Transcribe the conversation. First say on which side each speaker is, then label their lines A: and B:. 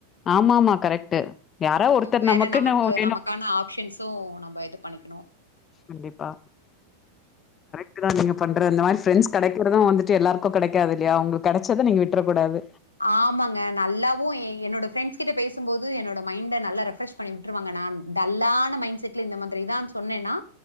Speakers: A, on the left; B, on the left.
A: ஆமாமா கரெக்ட்டு யாரா ஒருத்தர்
B: வேற
A: நமக்குன்
B: நமக்கு
A: ஒன் வேணு
B: நமக்கான ஆப்ஷன்ஸு நம்ம இது பண்ணிக்கணு
A: கண்டிப்பா கு தா நீங்க பண்றது இந்த மாரி ஃப்ரெண்ட்ஸ் கடைக்கிறது வந்துட்டு எல்லாருக்கு கடெக்காதுல்லையா உங்களுக்கு கெடச்சத நீங்க விட்றக்கூடாது
B: ஆமாங்க நல்லாவும் என்னோட ஃப்ரெண்ட்ஸ் கிட்ட பேசும்போது என்னோட மைண்ட நல்லா ரெஃப்ரெஷ் பண்ணி விட்டுருவாங்க நா டல்லான மைண்ட் செட்ல இந்த மாதுரிதான் சொன்னேன்னா